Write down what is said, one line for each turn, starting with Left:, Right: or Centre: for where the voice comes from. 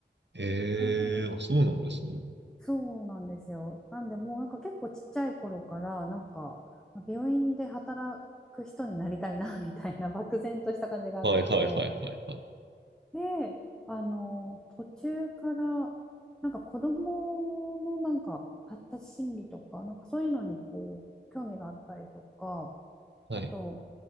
Right: ええーあ、
Centre: え
Right: そうなんですね。
Centre: えそうなんですよ。なんで、もうなんか結構ちっちゃい頃から、なんか、病院で働く人になりたいな、みたいな漠然とした感じがあって、
Right: はいはいはいはいはい。
Centre: で、あの、途中から、なんか子供のなんか発達心理とか、なんかそういうのにこう、興味があったりとか、
Right: はい。
Centre: あと、